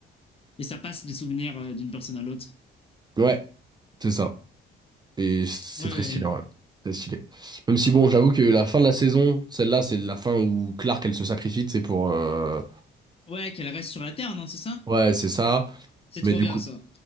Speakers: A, on the left; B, on the right.
A: Et ça passe les souvenirs euh, d'une personne à l'autre.
B: Ouais, c'est ça. Et c'est
A: Ouais,
B: très stylé, ouais. Très stylé. Même si, bon, j'avoue que la fin de la saison, celle-là, c'est la fin où Clark, elle se sacrifie, c'est pour. euh,
A: ouais, qu'elle reste sur la Terre, non, c'est ça?
B: Ouais, c'est ça.
A: C'est
B: Mais
A: trop
B: du
A: bien
B: coup.
A: ça.